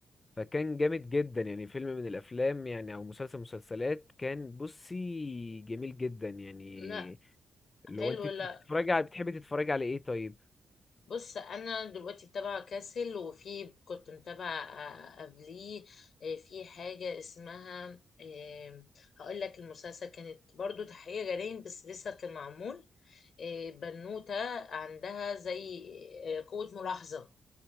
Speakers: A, on the left (about 35°); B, on the left (about 70°).
A: فكان جامد جدا يعني فيلم من الأفلام يعني أو مسلسل مسلسلات كان بصي جميل جدا يعني
B: لا حلو
A: اللي هو أنت بتتفرجي
B: لا
A: على بتحبي تتفرجي على إيه طيب
B: بص انا دلوقتي متابعة كاسل وفي كنت متابعة آه، قبليه آه، في حاجة اسمها آه، هقول لك المسلسل كانت برضو تحقيق جرائم بس لسه كان معمول آه، بنوتة عندها زي آه، قوة ملاحظة